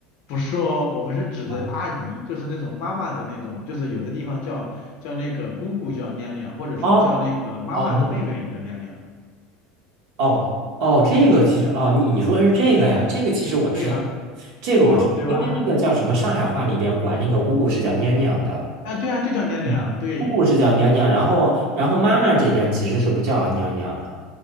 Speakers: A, on the left; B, on the right.
A: 不是哦，我们是指的阿姨，
B: 啊，
A: 就是那种妈妈的那种，就是有的地方叫叫那个姑姑叫娘娘，或者是叫那个妈妈的妹妹也叫娘娘。
B: 哦哦那你哦哦，这个其实哦，你你说的是这个呀？这个其实我知道，
A: 对呀，
B: 这个我知道，
A: 哦，对吧？
B: 因为那个叫什么上海话里边管那个姑姑是叫娘娘的。
A: 啊，对啊，就叫娘娘，
B: 嗯，
A: 对。
B: 姑姑是叫娘娘，然后然后妈妈这边其实是不叫娘娘了。